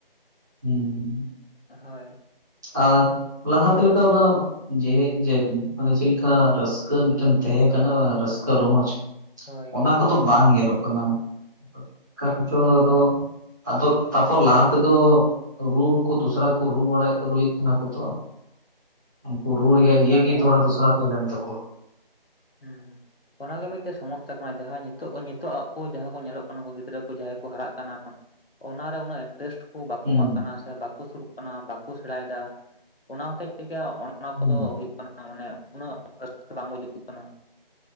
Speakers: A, on the right; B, on the left.
A: ᱦᱩᱸ,
B: ᱦᱳᱭ᱾
A: ᱟᱨ ᱞᱟᱦᱟᱛᱮ ᱞᱮᱠᱟ ᱫᱚ ᱡᱮ ᱡᱮᱜ ᱢᱟᱱᱮ ᱪᱮᱫ ᱞᱮᱠᱟ ᱨᱟᱹᱥᱠᱟᱹ ᱢᱤᱫᱴᱮᱱ ᱛᱟᱦᱮᱸ ᱠᱟᱱᱟ ᱟᱨ ᱨᱟᱹᱥᱠᱟᱹ
B: ᱦᱳᱭ
A: ᱨᱚᱢᱚᱡᱽ
B: ᱦᱳᱭ
A: ᱚᱱᱟ ᱠᱚᱫᱚ ᱵᱟᱝ ᱧᱮᱞᱚᱜ ᱠᱟᱱᱟ᱾ ᱚᱠᱟ ᱠᱚᱪᱚ
B: ᱦᱳᱭ
A: ᱟᱫᱚ ᱟᱫᱚ ᱛᱟᱯᱚᱨ ᱞᱟᱦᱟ ᱛᱮᱫᱚ ᱨᱩ ᱦᱚᱠᱚ ᱫᱚᱥᱨᱟ ᱠᱩ ᱨᱩ ᱵᱟᱲᱟᱭᱮᱜ, ᱨᱩᱭᱮᱫ ᱛᱟᱦᱮᱱᱟᱠᱚ ᱛᱚ ᱩᱱᱠᱩ ᱨᱩ
B: ᱦᱳᱭ
A: ᱨᱮᱭᱟᱜ ᱤᱭᱟᱹ
B: ᱵᱟᱝ
A: ᱜᱮ ᱛᱷᱚᱲᱟ ᱫᱚᱥᱨᱟ ᱛᱟᱦᱮᱸ ᱞᱮᱱ ᱛᱟᱠᱚᱣᱟ᱾
B: ᱦᱮᱸ, ᱚᱱᱟᱜᱮ ᱢᱤᱫᱴᱮᱜ ᱥᱚᱢᱚᱥᱟ ᱠᱟᱱᱟ ᱡᱟᱦᱟᱸ ᱱᱤᱛᱚᱜ ᱱᱤᱛᱚᱜ ᱟᱜ ᱠᱚ ᱡᱟᱦᱟᱸᱭ ᱠᱚ ᱧᱮᱞᱚᱜ ᱠᱟᱱᱟ ᱜᱤᱫᱽᱨᱟᱹ ᱠᱚ ᱡᱟᱦᱟᱸᱭ ᱠᱚ ᱦᱟᱨᱟᱜ ᱠᱟᱱᱟ᱾ ᱚᱱᱟ ᱨᱮ ᱩᱱᱟᱹᱜ ᱮᱱ᱾ ᱴᱮᱥᱴ ᱠᱚ ᱵᱟᱠᱚ
A: ᱦᱩᱸ
B: ᱮᱢᱟᱜ ᱠᱟᱱᱟ ᱥᱮ ᱵᱟᱠᱚ ᱥᱩᱨᱩᱜ ᱠᱟᱱᱟ ᱵᱟᱠᱚ ᱥᱮᱲᱟᱭᱮᱫᱟ ᱚᱱᱟ ᱦᱚᱛᱮᱡ ᱛᱮᱜᱮ, ᱚᱱᱟ
A: ᱦᱩᱸ
B: ᱠᱚᱫᱚ ᱦᱩᱭᱩᱜ ᱠᱟᱱᱟ ᱢᱟᱱᱮ ᱩᱱᱟᱹᱜ ᱨᱟᱹᱥᱠᱟᱹ ᱵᱟᱝ ᱵᱩᱡᱩᱜ ᱠᱟᱱᱟ᱾